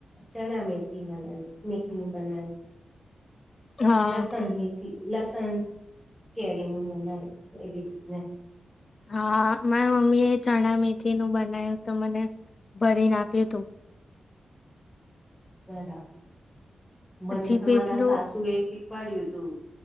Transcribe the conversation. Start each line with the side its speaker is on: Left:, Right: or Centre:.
Centre: ચણા મેથીમાં મેથીબનાાય
Left: હા
Centre: લસણ હ લસણ કેરી નું બનાવ એવી રીતના
Left: હા મારા મમ્મી એ ચણા મેથી નું બનાવ્યું તો મને ભરીને આપ્યું તું
Centre: બરાબર મને
Left: પછી
Centre: તો
Left: પેટલું
Centre: મારા સાસુ એ શીખ શખવાડય્યું તું